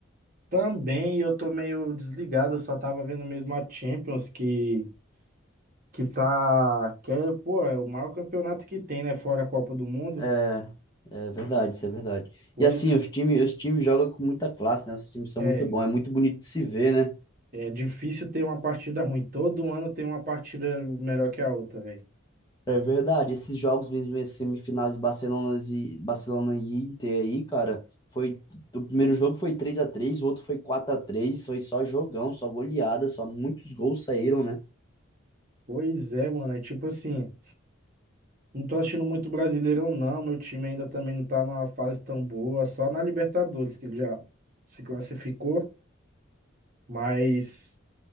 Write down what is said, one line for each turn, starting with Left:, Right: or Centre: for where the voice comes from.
Right: Também eu tô meio desligado, eu só tava vendo mesmo a Champions que. Que tá. Que é, pô, é o maior campeonato que tem, né? Fora a Copa do Mundo.
Left: É, é verdade, isso é verdade.
Right: Pois
Left: E assim,
Right: é,
Left: os times, os times jogam com muita classe, né? Os times são
Right: é,
Left: muito bons, é muito bonito de se ver, né?
Right: é difícil ter uma partida ruim. Todo ano tem uma partida melhor que a outra, velho.
Left: É verdade. Esses jogos mesmo, esses semifinais de Barcelona e, Barcelona e Inter aí, cara, foi. O primeiro jogo foi três a três o outro foi quatro a três foi só jogão, só goleada, só muitos gols saíram, né?
Right: Pois é, mano. É tipo assim, não tô achando muito Brasileirão, não. Meu time ainda também não tá numa fase tão boa. Só na Libertadores, que ele já se classificou. Mas,